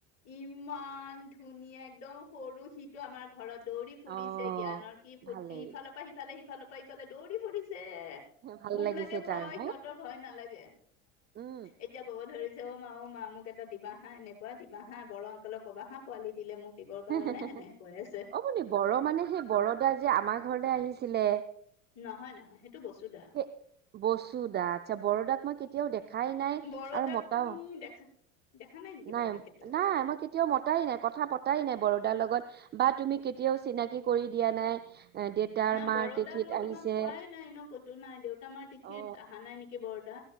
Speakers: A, on the left; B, on the right.
A: ইমান ধুনীয়া একদম সৰু সিটো আমাৰ ঘৰত দৌৰি ফুৰিছে,
B: অ',
A: জ্ঞানৰ কি ফূৰ্তি,
B: ভালেই
A: ইফালৰ পৰা সিফালে সিফালৰ পৰা ইফালে দৌৰি ফুৰিছে।
B: ভাল
A: মোৰ
B: লাগিছে
A: লাগে ভয়
B: তাৰ ন'
A: সিহঁতৰ ভয় নালাগে,
B: উম,
A: এতিয়া ক'ব ধৰিছে অ', মা, অ', মা মোক এটা দিবা হা এনেকুৱা দিবা হা বৰ' আংকলক ক'বা হা পোৱালি দিলে মোক দিবৰ কাৰণে
B: হা হা।
A: সেনেকে কৈ আছে
B: অপনি বৰ' মানে সেই বৰদা যে আমাৰ ঘৰলে আহিছিলে
A: নহয় নহয় সেইটো বসুধা
B: সেই বসু দা, আচ্ছা বৰোদাক মই কেতিয়াও দেখা খাই নাই
A: বৰদাক
B: আৰু মতাও
A: তুমি দেখা দেখা নেকি
B: নাই,
A: বৰদাক কেতিয়াও
B: নাই মই কেতিয়াও মতাই নাই, কথা পতাই নাই বৰোদাৰ লগত বা তুমি কেতিয়াও চিনাকি কৰি দিয়া নাই। এ দেউতাৰ
A: না
B: মাৰ
A: বৰদাক
B: তিথিত
A: মই
B: আহিছে
A: তোমাক কোৱাই নাই ন'। নাই দেউতা আমাৰ তিথিত
B: অ
A: অহা নাই নেকি বৰদা